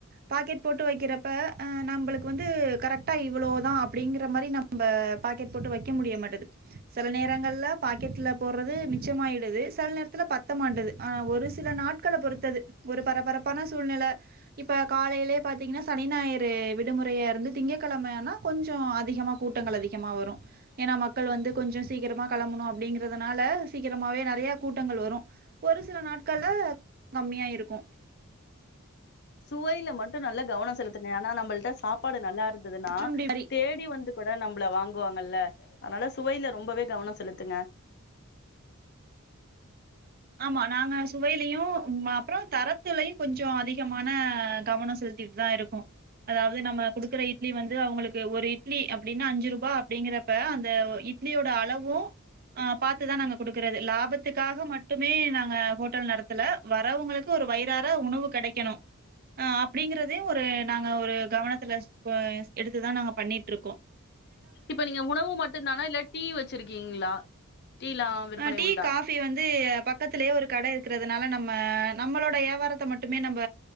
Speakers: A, on the right; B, on the left.
A: பாக்கெட் போட் ட்டு வைக்கிறப்ப ஆ நம்மளுக்கு வந்து கரெக்டா இவ்ளோதா அப்படிங்கிற மாரி நம்ம பாக்கெட் போட்டு வைக்க முடிய மாட்டேது சில நேரங்கள்ல பாக்கெட்ல போட்றது மிச்சமாயிடுது சில நேரத்தில பத் த்த மாட்டுது ஆனா ஒரு சில நாட்களை பொறுத்தது ஒரு பரபரப்பான சூழ்நில இப்ப காலையிலயே ப்ப பாத்திங்கன்னா சனி ஞாயிறு விடுமுறையா இருந்து திங்ககிழமையானா கொஞ்ச அதிகமாக கூட்டங்கள் அதிகமாக வரு ஏன்னா மக்கள் வந்து கொஞ்ச சீக்கிரமா கிளம்பணு அப்டிங்கறதுனால சீக்கிரமாவே நறைய கூட்டங்கள் வரு ஒரு சில நாட்கள்ல கம்மியா இருக்கு
B: சுவையில மட்டு நல்லா கவன செலுத்துங்க ஏனா நம்மள்ட சாப்பாடு நல்லா இருந்ததுன்னா
A: சிற்றுண்டி
B: தேடி வந்து கூட நம் ல வாங்குவாங்கல்ல அதனால சுவையில ரொம்பவே கவன செலுத்துங்க
A: <inaudible> ஆமா நாங்க சுவையிலையு அப்றோ தரத்துலையு கொஞ்ச அதிகமான கவன செலு த்திட்டு தா இருக்கு அதாவது நம்ம குடுக்குற இட்லி வந்து அவங்களுக்கு ஒரு இட்லி அப்டின்னா அஞ்சு ரூபா அப்டிங்கறப்ப அந்த இட்லியோட அளவு அ பாத்துதா நாங்க கொடுக்கறது லாபத்துக்காக மட் மட்டுமே நாங்க ஹோட்டல் நடத்துல வரவங்களுக்கு ஒரு வயிறாற உணவு கடைக்கணு ஆ அப்டிங்கறதே ஒரு நாங்க ஒரு கவனத்துல எடுத்துதா நாங்க பண்ணிட்ருக்கோ
B: இப்ப நீங்க உணவு மட்டு தானா இல்ல டீ வச்சிருக்கீங்களா டீலா விற்பனை
A: ஆ டீ
B: உண்டா
A: காபி வந்து பக்கத்திலேயே ஒரு கட இருக்கிற தனால நம்ம நம்மளோட யாவாரத்த மட்டுமே நம்ம